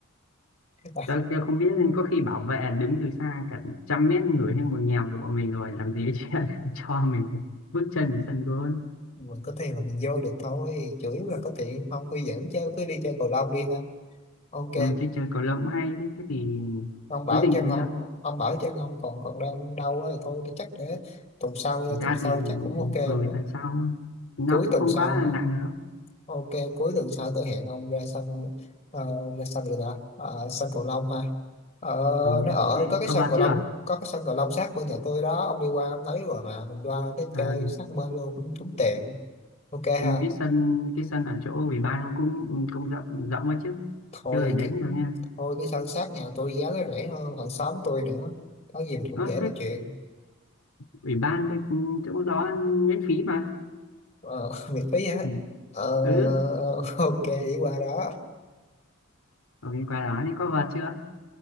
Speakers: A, on the left; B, on the left.
A: À,
B: Tớ chưa không biết nên có khi bảo vệ đứng từ xa cả trăm mét người thấy một nghèo được bọn mình rồi làm gì chứ <laughs> cho mình bước chân vào sân gôn
A: mình có tiền là mình vô được thôi chủ yếu là có tiền không tôi dẫn chơi cứ đi chơi cầu lông đi ha ok
B: ừ, chơi chơi cầu lông cũng hay thế thì
A: ông bảo
B: quyết định
A: chân
B: thế nhá
A: ông ông bảo chân ông còn còn đang đau á thì thôi chắc để tuần sau
B: Thực ra
A: tuần sau
B: thì
A: chắc cũng ok nữa
B: ừ, tuần sau nó
A: cuối
B: cũng
A: tuần
B: không
A: sau
B: quá là
A: ha
B: nặng đâu
A: Ok, cuối tuần sau tôi hẹn ông ra sân ờ, ra sân gì đó, Ờ, sân cầu lông ha. Ờ,
B: Còn nha
A: nó ở
B: thế
A: có cái
B: có
A: sân
B: vào
A: cầu
B: chưa
A: lông, có cái sân cầu lông sát bên nhà tôi đó, ông đi qua ông thấy rồi mà mình qua nó chơi
B: à,
A: sát bên luôn cũng cũng tiện. Ok ha.
B: cái sân cái sân ở chỗ ủy ban nó cũng cũng rộng rộng quá chứ
A: Thôi
B: chơi ở đấy
A: cái
B: cũng được nha
A: thôi cái sân sát nhà tôi giá nó rẻ hơn hàng xóm tôi nữa. Có gì mình cũng
B: ờ,
A: dễ
B: cái
A: nói chuyện.
B: ủy ban cái chỗ đó miễn phí mà
A: Ờ, <laughs> miễn phí hết.
B: ừ
A: Ờ,
B: ừ,
A: <laughs> ok đi qua đó
B: ở bên qua đó thì có vào chưa